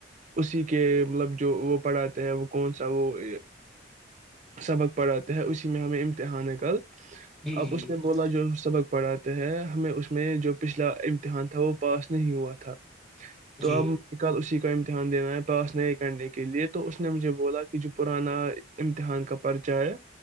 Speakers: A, on the right (about 40°); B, in the centre.
A: اسی کے مطلب جو وہ پڑھاتے ہیں وہ کون سا وہ سبق پڑھاتے ہے اسی میں ہمیں امتحان کل
B: جی
A: آب
B: جی
A: اس نے بولا جو سبق پڑھاتے ہیں ہمیں اس میں جو پچھلا امتحان تھا وہ پاس نہیں ہوا تھا تو اب
B: جی
A: کل اسی کا امتحان امتحان دینا ہے پاس نہیں کرنے کے لیے تو اس نے مجھے بولا کہ جو پرانا امتحان کا پرچہ ہے